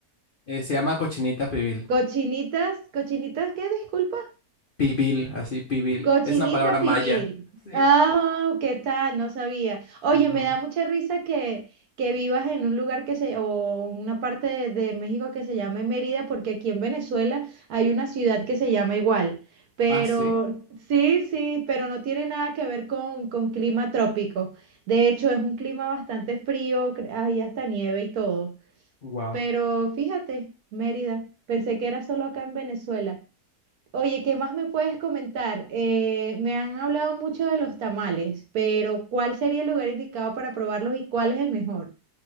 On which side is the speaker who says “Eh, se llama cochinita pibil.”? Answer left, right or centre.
Left